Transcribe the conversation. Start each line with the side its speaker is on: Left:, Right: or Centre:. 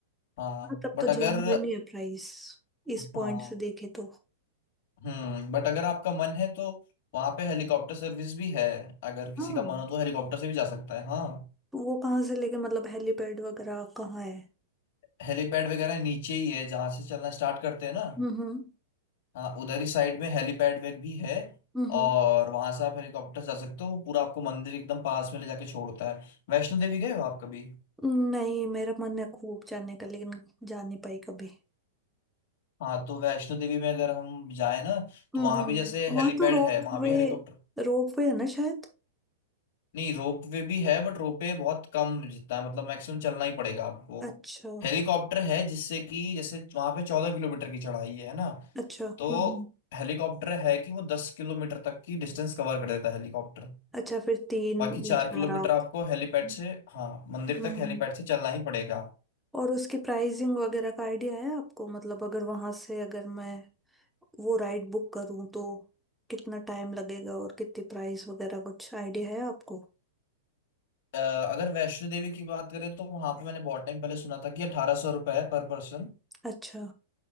Left: हाँ
Centre: हाँ तब
Left: बट
Centre: तो
Left: अगर
Centre: जेन्युइन ही है प्राइस इस पॉइंट
Left: हाँ
Centre: से देखे तो
Left: हम्म बट अगर आपका मन है तो वहाँ पे हेलीकॉप्टर सर्विस भी है अगर किसी
Centre: हाँ
Left: का मन हो तो हेलीकॉप्टर से भी जा सकता है हाँ
Centre: तो वो कहाँ से लेके मतलब हेलीपैड वगैरह कहाँ है
Left: हेलीपैड वगैरह नीचे ही है जहाँ से चलना स्टार्ट करते हैं ना
Centre: हम्म हम्म
Left: हाँ उधर ही साइड में हेलीपैड वेग भी है
Centre: हम्म
Left: और वहाँ से आप हेलीकॉप्टर जा सकते हो वो पूरा आपको मंदिर एकदम पास में ले जाके छोड़ता है वैष्णो देवी गए हो आप कभी
Centre: हम्म। नहीं मेरा मन है खूब जाने का लेकिन जा नहीं पाई कभी
Left: हाँ तो वैष्णो देवी में अगर हम जाए ना
Centre: हम्म
Left: तो वहां
Centre: हम्म
Left: भी जैसे
Centre: वहां
Left: हेलीपैड
Centre: तो रोपवे
Left: है वहां भी हेलीकॉप्टर
Centre: रोपवे है ना शायद
Left: नहीं रोप वे भी है बट रोप वे बहुत कम जितना है मतलब मैक्सिमम चलना ही पड़ेगा आपको
Centre: अच्छा
Left: हेलीकॉप्टर है जिससे कि जैसे वहां पे चौदह किलोमीटर की चढ़ाई है ना
Centre: अच्छा हम्म
Left: तो
Centre: हम्म।
Left: हेलीकॉप्टर है कि वो दस किलोमीटर तक की डिस्टेंस कवर कर देता है हेलीकॉप्टर
Centre: अच्छा फिर तीन
Left: बाकी चार
Centre: या चार
Left: किलोमीटर
Centre: आप
Left: आपको हेलीपैड
Centre: हम्म
Left: से हाँ मंदिर
Centre: हम्म।
Left: तक हेलीपैड से चलना ही पड़ेगा
Centre: और उसकी प्राइसिंग वगैरह का आइडिया है आपको मतलब अगर वहां से अगर मैं वो राइड बुक करूं तो कितना टाइम लगेगा और कितनी प्राइस वगैरह कुछ आइडिया है आपको
Left: अ, अगर वैष्णो देवी की बात करें तो वहां पे मैंने बहुत टाइम पहले सुना था कि अठारह सौ रुपये है पर पर्सन
Centre: अच्छा